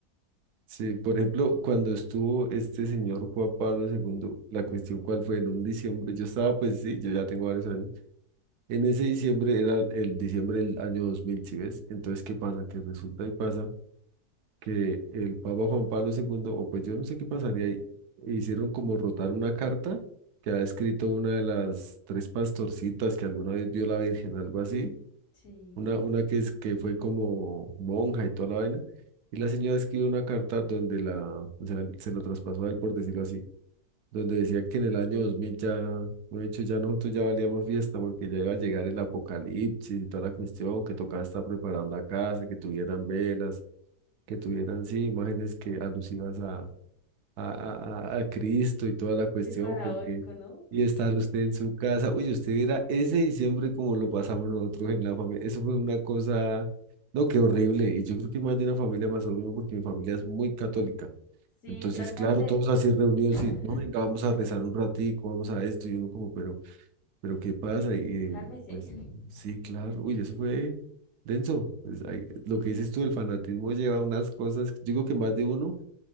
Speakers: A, on the right; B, on the left.
A: Sí, por ejemplo, cuando estuvo este señor Juan Pablo segundo, la cuestión cuál fue en un diciembre, yo estaba, pues sí, yo ya tengo varios años. En ese diciembre era el diciembre del año 2000, ¿sí ves? Entonces, ¿qué pasa? Que resulta y pasa que el Papa Juan Pablo segundo o pues yo no sé qué pasaría ahí, hicieron como rotar una carta que ha escrito una de las tres pastorcitas que alguna vez vio la Virgen, algo así,
B: Sí,
A: una, una que, es, que fue como monja y toda la vaina, y la señora escribió una carta donde la, o sea, se lo traspasó a él, por decirlo así, donde decía que en el año 2000 ya, de hecho, ya nosotros ya valíamos fiesta porque ya iba a llegar el apocalipsis y toda la cuestión, que tocaba estar preparando la casa, que tuvieran velas que tuvieran, sí, imágenes que alusivas a, a, a- a- Cristo y toda la cuestión,
B: qué paradójico,
A: porque
B: ¿no?
A: y estar usted en su casa, uy, usted viera ese diciembre como lo pasamos nosotros en la familia, eso fue una cosa, no, qué horrible, y yo creo que más de una familia pasó lo mismo porque mi familia es muy católica,
B: Sí,
A: entonces,
B: yo alcancé,
A: claro, todos así reunidos
B: <laughs>
A: y, no, venga, vamos a rezar un ratico, vamos a esto, y uno como, pero... Pero ¿qué pasa? Y eh,
B: cálmese.
A: pues
B: <laughs>
A: sí, claro. Uy, eso fue denso. Pues, ahí, lo que dices tú, el fanatismo lleva a unas cosas. Digo que más de uno